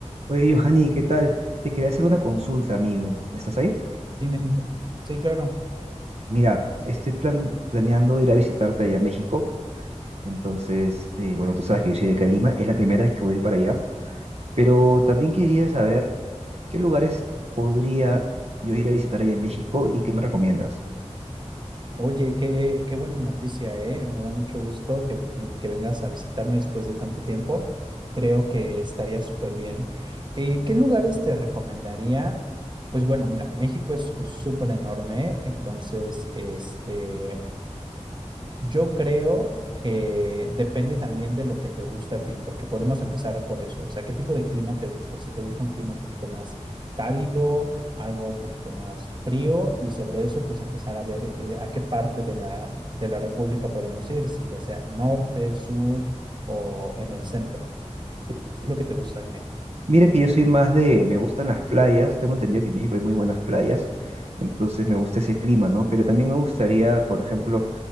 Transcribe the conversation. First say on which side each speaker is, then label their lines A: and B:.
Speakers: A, on the right (about 60°); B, on the right (about 40°).
A: Oye, Johanny, ¿qué tal? Te quería hacer una consulta, amigo. ¿Estás ahí?
B: Dime, dime. Sí, claro.
A: Mira, estoy plan- planeando ir a visitarte allá a México. Entonces, eh, bueno, tú sabes que yo soy de Calima, es la primera vez que voy a ir para allá. Pero también quería saber qué lugares podría yo ir a visitar allá en México y qué me recomiendas.
B: Oye, qué, qué buena noticia, ¿eh? Me da mucho gusto que, mm, que vengas a visitarme después de tanto tiempo. Creo que estaría súper bien. Eh, ¿qué lugares te recomendaría? Pues bueno, mira, México es súper enorme, entonces, este, Yo creo que depende también de lo que te gusta a ti, porque podemos empezar por eso. O sea, ¿qué tipo de clima te gusta? Si te gusta un clima un poquito más cálido, algo un poquito más frío, y sobre eso, pues empezar a ver eh, a qué parte de la, de la República podemos ir, si ya sea norte, sur o en el centro. ¿Qué es lo que te gusta? Dime.
A: Mira que yo soy más de, me gustan las playas. Tengo entendido que en México hay muy buenas playas. Entonces me gusta ese clima, ¿no? Pero también me gustaría, por ejemplo,